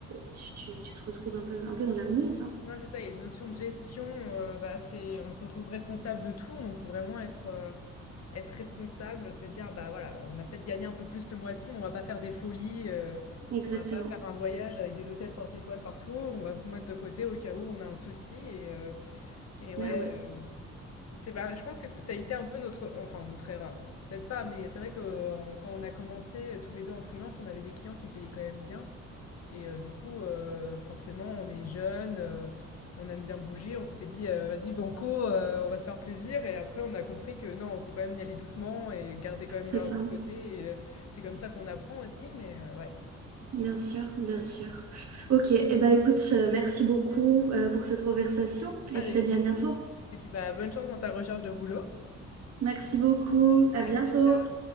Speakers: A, on the right; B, on the left.
A: tu, tu- tu te retrouves un peu, un peu dans la mouise. hein.
B: Ouais, c'est ça, il y a une notion de gestion, euh, bah, c'est, on se retrouve responsable de tout, donc faut vraiment être, euh, être responsable, se dire bah voilà, on a peut-être gagné un peu plus ce mois-ci, mais on va pas faire des folies, euh,
A: Exactement.
B: on va pas faire un voyage avec des hôtels 5 étoiles partout, on va mettre de côté au cas où on a un souci et, euh, et ouais,
A: Ben ouais,
B: euh, c'est bah, je pense que ça ça a été un peu notre enfin notre erreur. Peut-être pas, mais c'est vrai que euh, en- quand on a commencé euh, tous les deux en freelance, on avait des clients qui payaient quand même bien. Et euh, du coup, euh, forcément, on est jeune, euh, on aime bien bouger. On s'était dit, euh, vas-y, banco, euh, on va se faire plaisir. Et après, on a compris que non, il faut quand même y aller doucement et garder quand même
A: c'est
B: de l'argent
A: ça.
B: de côté. Et euh, c'est comme ça qu'on apprend aussi, mais euh, ouais.
A: Bien sûr, bien sûr. Ok, eh ben écoute, euh, merci beaucoup euh, pour cette conversation et
B: Avec
A: je te dis
B: plaisir.
A: à bientôt.
B: Et puis, bah, bonne chance dans ta recherche de boulot.
A: Merci beaucoup, à
B: À
A: bientôt.
B: plus tard.